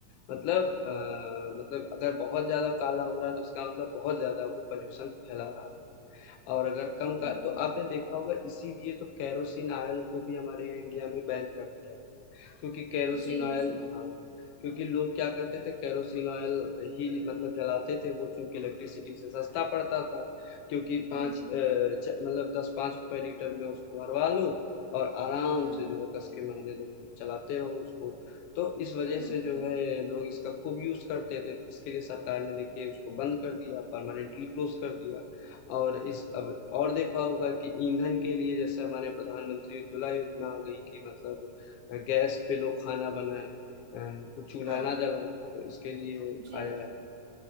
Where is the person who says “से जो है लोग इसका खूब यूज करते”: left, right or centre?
Left